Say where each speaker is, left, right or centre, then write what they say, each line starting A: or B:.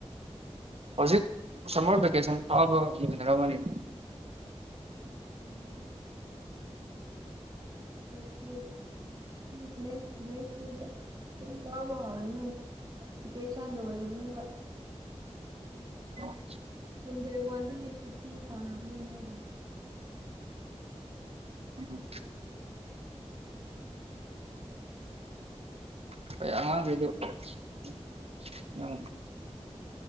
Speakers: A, on the right; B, on the right.
A: ꯍꯧꯖꯤꯛ ꯁꯝꯃꯔ ꯚꯦꯀꯦꯁꯟ ꯐꯥꯕꯔꯝꯅꯤ
B: ꯎꯝ ꯅꯦꯛꯁꯛ ꯎꯗꯤ ꯅ ꯅꯦꯛꯁꯛ ꯇ ꯑꯕ ꯍꯥꯏꯔꯅꯤ ꯀꯦꯁꯟ ꯂꯔꯅꯤ
A: ꯑꯣ
B: ꯟꯗꯦ ꯋꯥꯟꯒꯤ ꯁꯨꯇꯤ ꯐꯪꯔꯕꯅꯦ ꯃꯣꯏꯗꯣ
A: ꯎꯝ ꯑ ꯑꯉꯥꯡ ꯀ